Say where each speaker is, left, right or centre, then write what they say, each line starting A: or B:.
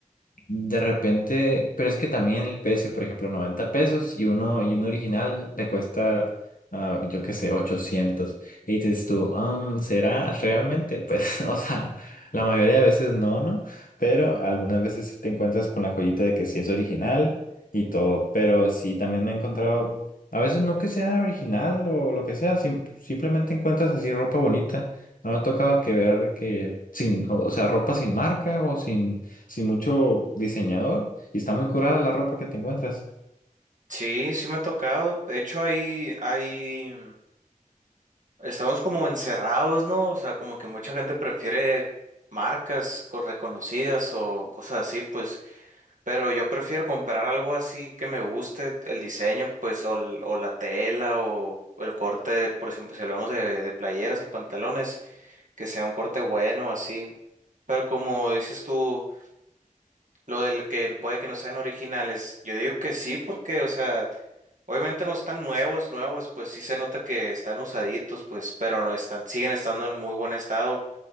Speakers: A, on the left; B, on the right.
A: De repente, pero es que también el precio, por ejemplo, 90 pesos y uno, y uno original te cuesta, ah, yo qué sé, 800. Y dices tú, "Ah, ¿será realmente? Pues, <laughs> o sea, la mayoría de veces no, ¿no? Pero algunas veces sí te encuentras con la joyita de que sí es original y todo. Pero sí, también me he encontrado, a veces no que sea original o lo que sea, sim- simplemente encuentras así ropa bonita. No me ha tocado que ver de que sin, o o sea, ropa sin marca o sin sin mucho diseñador y está muy curada la ropa que te encuentras.
B: Sí, sí me ha tocado. De hecho, hay, hay Estamos como encerrados, ¿no? O sea, como que mucha gente prefiere marcas co- reconocidas o cosas así, pues, pero yo prefiero comprar algo así que me guste el diseño, pues, o, l- o la tela o, o el corte, por ejemplo, si hablamos de, de playeras o pantalones, que sea un corte bueno, así. Pero como dices tú, lo del que puede que no sean originales, yo digo que sí, porque, o sea, obviamente no están nuevos, nuevos, pues sí se nota que están usaditos, pues, pero no están, siguen estando en muy buen estado.